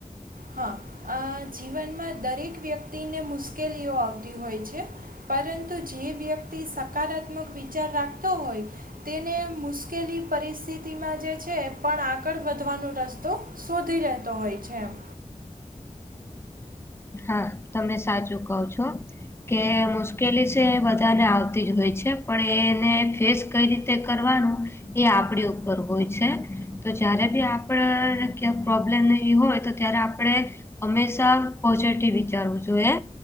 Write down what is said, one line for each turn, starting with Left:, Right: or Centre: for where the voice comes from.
Right: હા અ જીવનમાં દરેક વ્યક્તિને મુશ્કેલીઓ આવતી હોય છે. પરંતુ જે વ્યક્તિ સકારાત્મક વિચાર રાખતો હોય તેને મુશ્કેલી, પરિસ્થિતિમાં જે છે એ પણ આગળ વધવાનો રસ્તો શોધી લેતો હોય છે એમ.
Left: હા તમે સાચું કહો છો. કે મુશ્કેલી છે એ બધાને આવતી જ હોય છે. પણ એને ફેસ કઈ રીત તે કરવાનું એ આપડી ઉપર હોય છે. તો જયારે બી આપડ ક્યાંક પ્રોબ્લેમ ને એવી હોય તો ત્યારે આપણે હંમેશા પોઝિટિવ વિચારવું જોઈએ.